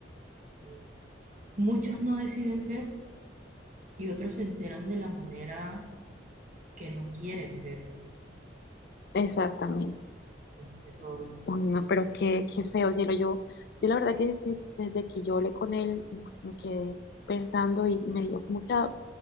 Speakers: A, on the right; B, on the left.
A: eh, muchos no deciden ver y otros se enteran de la manera que no quieren verlo.
B: exactamente.
A: Entonces son
B: Uy, no, pero qué, qué feo, cielo, yo, yo la verdad que desde, desde que yo hablé con él, me quedé pensando y me dio mucha